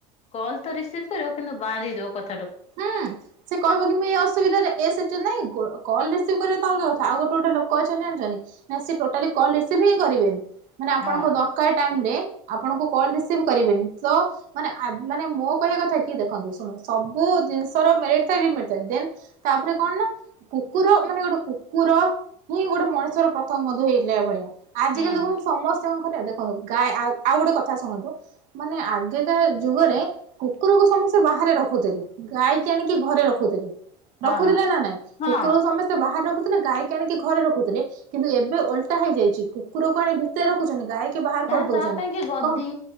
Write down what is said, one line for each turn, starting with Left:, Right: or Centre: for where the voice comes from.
Left: କଲ୍ ତ ରିସିଭ୍ କରିବ କିନ୍ତୁ ବାଁରେଇ ଦବ କ
Right: ହୁଁ ସେ କହିବ କି ମୁଁ ଏଇ ଅ ସୁବିଧାରେ ଏସ୍ <unintelligible> ନାଇଁ କଲ ରିସିଭ କରିବା ତ ଅଲଗା କଥା ଆଉ ଗୋଟେ ଗୋଟେ ଲୋକ ଅଛନ୍ତି ଜାଣିଛନ୍ତି। ନା ସେ ଟୋଟାଲି କଲ ରିସିଭ୍ ହିଁ କରିବେନି ମାନେ ଆପଣଙ୍କ
Left: ହଁ
Right: ଦ କାର ଟାଇମରେ ଆପଣଙ୍କୁ କଲ ରିସିଭ କରିବେନି ସୋ ମାନେ ଆ ମାନେ ମୋ କହିବା କଥା କି ଦେଖନ୍ତୁ ଶୁଣନ୍ତୁ ସବ ବୁ ଜିନିଷ ର <unintelligible> ଦେନ ତାପରେ କଣ ନା କୁକୁର ମାନେ ଗୋଟେ କୁକୁର ହିଁ ଗୋଟେ ମଣିଷର ପ୍ରଥମ ବନ୍ଧୁହେଇଥିଲା ଭଳିଆ। ଆଜିକାଲି
Left: ହୁଁ
Right: ଦେଖନ୍ତୁ ସମସ୍ତଙ୍କ ଘରେ ଦେଖନ୍ତୁ ଗା ଆଉ ଗୋଟେ କଥା ଶୁଣନ୍ତୁ ମାନେ ଆ ଆଜିକା ଯୁଗରେ କୁକୁରକୁ ସମସ୍ତେ ବାହାରେ ରଖୁଥିଲେ ଗାଈ କି ଆ ଆଣିକି ଘରେ ରଖୁଥିଲେ
Left: ହଁ
Right: ରଖୁଥିଲେ ନା ନାଇଁ
Left: ହଁ
Right: କୁକୁର ସମେ ସେ ବାହାରେ ରଖୁଥିଲେ ଗାଈକି ଆଣିକି ଘରେ ରଖୁଥିଲେ। କିନ୍ତୁ ଏବେ ଓଲଟା ହେଇଯାଇଛି କୁକୁରକୁ ଆଣିକି ଭିତରେ ରଖୁଛନ୍ତି ଗାଈ କି ବାହାର
Left: ମାନେ
Right: କରିଦଉଛନ୍ତି
Left: ତା ପାଇଁ କି ଗଦି
Right: କଁ